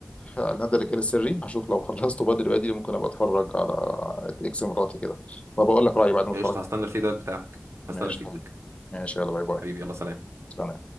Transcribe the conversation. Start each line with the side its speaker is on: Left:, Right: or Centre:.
Left: على نادي الرجال السري هشوف لو خلصته بدري بدري ممكن ابقى اتفرج على اكس مراتي كده وبقول لك رايي بعد ما اتفرج
Right: قشطه
Left: عليه
Right: هستنى الفيدباك بتاعك
Left: ماشي
Right: هستنى الفيدباك
Left: يا حبيبي ماشي يلا باي باي
Right: حبيبي يلا سلام
Left: سلام